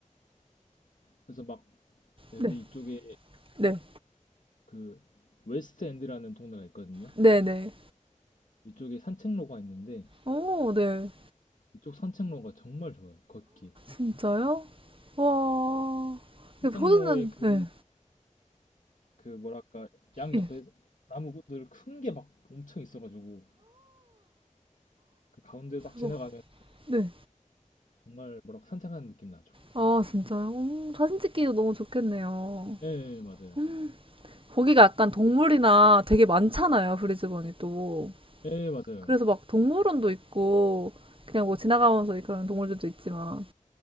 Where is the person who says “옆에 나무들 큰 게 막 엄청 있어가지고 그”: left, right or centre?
Left